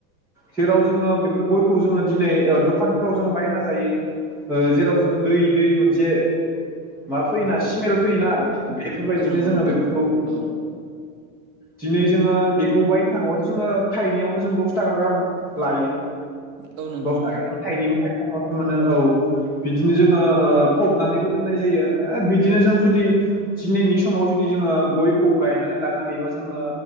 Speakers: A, in the centre; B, on the right.
A: जेराव जोङो बेफोर गयखौ जोङो दिनै दखानफ्राव जोङो बायना जायो जेराव जोङो दै दै मोनसे माबा फैयोना इस्मेल फैयोना बेफोरबायदिनो
B: औ नंगौ
A: जोङो
B: नोंथां
A: बेफोरखौ
B: औ
A: दिनै जोङो बेखौ बायनो थाङोबाथ' जोङो थायनैयावनो जों दस थाखा गाहाम लायो
B: औ नंगौ
A: दस
B: नोंथां
A: थाखायाव जों थाइनैबो थाइ थामलसो मोनो औ बिदिनो जोङो फबनानैबो दोननाय जायो बिदिनो जों जुदि दिनैनि समाव जुदि जोङो गयखौ गायनानै लानो हायोबा जोङो